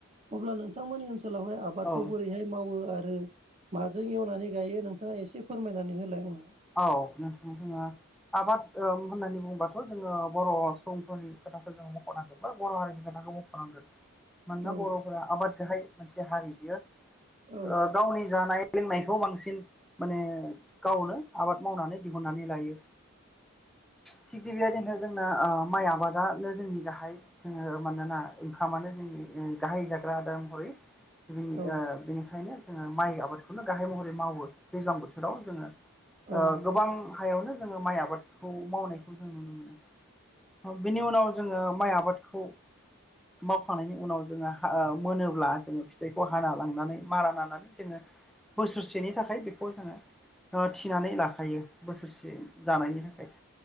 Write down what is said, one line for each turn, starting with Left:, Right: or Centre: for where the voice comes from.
Right: अब्ला नोंथांमोननि ओनसोलावहाय आबादखौ
Centre: औ
Right: बोरैहाय मावो आरो माजों एवनानै गायो नोंथाङा एसे फोरमायनानै होलाय आंनो।
Centre: औ नोंथां जोंहा आबाद होननानै बुङोबाथ' जोङो बर' सुबुंफोरनि खोथाखौ जोङो मख'नांगोन बर' हारिनि खोनथाखौ मख'नांगोन मानोना
Right: औ
Centre: बर'फोरा आबाद गाहाय मोनसे हारि बियो ओ
Right: औ
Centre: गावनि जानाय लोंनायखौ बांसिन माने गावनो आबाद मावनानै दिहुननानै लायो। थिग बेबायदिनो जोंना ओ माइ आबादानो जोंनि गाहाय जोङो मानोना ओंखामानो जोंनिओ गाहाय जाग्रा आदार महरै नि
Right: औ
Centre: ओ बेनिखायनो जोङो माइ आबादखौनो गाहाय महरै मावो दैज्लां बोथोराव जोङो।
Right: औ
Centre: ओ गोबां हायावनो जोङो माइ आबादखौ मावनायखौ जों नुनो मोनो। ओ बिनि उनाव जोङो माइ आबादखौ मावखांनायनि उनाव जोङो हा मोनोब्ला जोङो फिथाइखौ हाना लांनानै मारा नानानै जोङो बोसोरसेनि थाखाय बेखौ जोङो ओ थि थिनानै लाखायो बोसोरसे जानायनि थाखाय